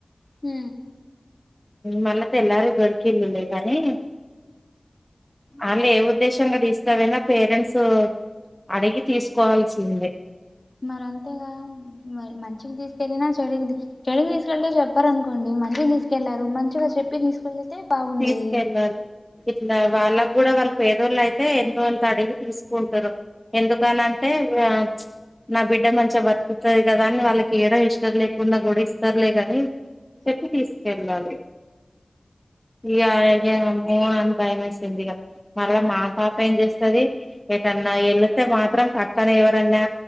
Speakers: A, on the left; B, in the centre.
A: ఉ
B: మళ్ళా తెల్లారి దొరికిల్లులే కని వాళ్ళ ఏవుర్ ఉద్దేశంగా తీస్కపోయినా పేరెంట్స్ అడిగి తీసుకోవాల్సిందీ
A: మరి అంతేగా మరి మంచికి తీసుకెళ్ళిన చెడుకి చెడుకి తీసుకెళ్తే చెప్పారనుకోండి మంచిగా తీసుకెళ్లారు మంచిగా చెప్పి తీసుకెళ్తే బాగుండేది
B: తీసుకెళ్లాలి ఆ వాళ్ళకు కూడా వాళ్ళు పేదోళ్ళు అయితే ఎంతో అంత అడిగి తీసుకుంటారు ఎందుకని అంటే ఇక నా బిడ్డ మంచిగా బతుకుతాది గాదా అని వాళ్ళకి ఇయ్యడం ఇష్టం లేకుండా కూడా ఇస్తారులే కాని చెప్పి తీసుకెళ్ళాలి ఇగా నేను <unintelligible> భయం ఏస్తుంది ఇగ మళ్ళ మా పాప ఏం జేస్తది ఏటన్నా వెళతే మాత్రం పక్కన ఎవరన్నా